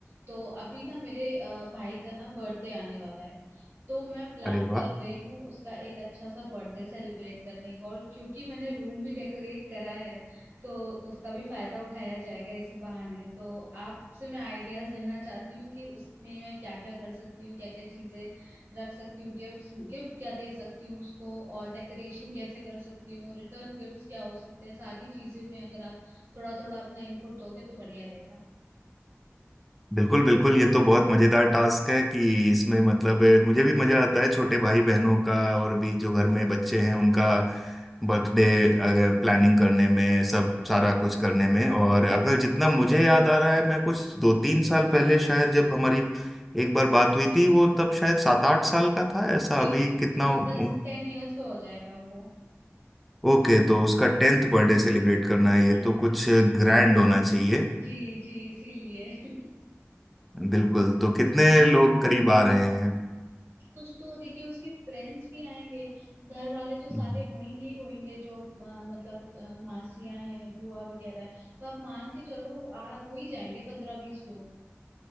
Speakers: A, on the right; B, in the centre.
A: तो अभी ना मेरे अ, भाई का ना बर्थडे आने वाला है तो मैं प्लान
B: अरे वाह
A: कर रही हूँ उसका एक अच्छा सा बर्थडे सेलिब्रेट करने का और क्योंकि मैंने रूम भी डेकोरेट करा है तो उसका भी फायदा उठाया जाएगा इसी बहाने तो आपसे मैं आइडियाज लेना चाहती हूँ कि उसमें मैं क्या क्या कर सकती हूँ क्या क्या चीजें रख सकती हूँ गिफ्ट्स गिफ्ट क्या दे सकती हूँ उसको और डेकोरेशन कैसे कर सकती हूँ रिटर्न गिफ्ट्स क्या हो सकते हैं सारी चीजें में अगर आप थोड़ा थोड़ा अपना इनपुट दोगे तो बढ़िया रहेगा
B: बिल्कुल बिल्कुल ये तो बहुत मजेदार टास्क है कि इसमें मतलब अ, मुझे भी मजा आता है छोटे भाई बहनों का और भी जो घर में बच्चे हैं उनका बर्थडे अगर प्लानिंग करने में सब सारा कुछ करने में और अगर जितना मुझे याद आ रहा है मैं कुछ दो तीन साल पहले शायद जब हमारी एक बार बात हुई थी वो तब शायद सात आठ साल का था ऐसा
A: जी
B: अभी
A: जी
B: कितना
A: जी वो
B: उम्र
A: दस टेन इयर्स का हो जाएगा वो
B: ओके तो उसका टेंथ बर्थडे सेलिब्रेट करना
A: हाँ
B: है ये तो
A: जी
B: कुछ ग्रैंड होना चाहिए
A: जी जी इसीलिए
B: बिल्कुल तो कितने लोग करीब आ रहे
A: <laughs> कुछ तो देखिए उसके फ्रेंड्स भी आएंगे घर वाले तो सारे
B: हैं
A: होंगे ही होंगे जो अ, मतलब अ, मासियां हैं बुआ वगैरह है तो आप मान के चलो आ हो ही जाएंगे पंद्रह बीस लोग